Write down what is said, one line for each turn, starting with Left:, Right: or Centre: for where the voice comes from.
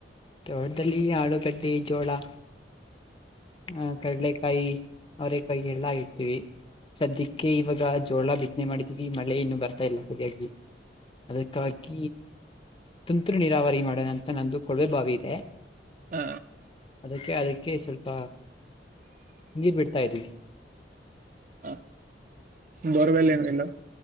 Left: ತೋಡದಲ್ಲಿ ಆಳುಗಡ್ಡೆ. ಪೇಜೋಳಾ. ಹ ಕಡಲೆಕಾಯಿ. ಅವ್ರ ಕೈ ಎಲ್ಲಾಗಿರ್ತೀವಿ ಸದ್ಯಕ್ಕೆ ಇವಾಗ ಜೋಳ ಬಿತ್ತನೆ ಮಾಡಿದೀವಿ ಮಳೆ ಇನ್ನು ಬರ್ತಾ ಇಲ್ಲ ಸರಿಯಾಗಿ. ಅದಕ್ಕಕ. ತುಂತ್ು ನೀರಾವರಿ ಮಾಡೋಣ ಅಂತ ನಂದು ಕೊೊಳ್ಳೆ ಬಾಗ. ದೆ.
Right: ಹ
Left: ಅದಕ್ಕೆ ಅದಕ್ಕೆ. ಅಕೆ ಸ್ವಲ್ಪ ನೀರ್ ಬಿಡ್ತಾ ಇದ್ವಿ.
Right: ಹ ಬೋರ್ಬಲ್ಲ ಏನು ಇಲ್ಲ